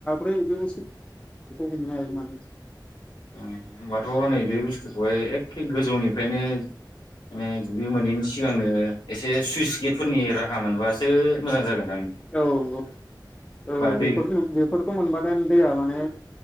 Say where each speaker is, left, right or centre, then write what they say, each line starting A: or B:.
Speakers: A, on the left (about 15°); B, on the left (about 70°).
A: बेखौ हमनाय माने।
B: होनोबाथ' नैबे बुस्थुखौहाय एखे गोजौनिफ्रायनो माने दुब्लि मोनैनि सिगांनो एसे सुइस गेटफोरनि राहा मोनबासो मोजां जागोन।
A: औ औ औ
B: दै
A: बे बेफोरखौ मोनबाथायानो दैया माने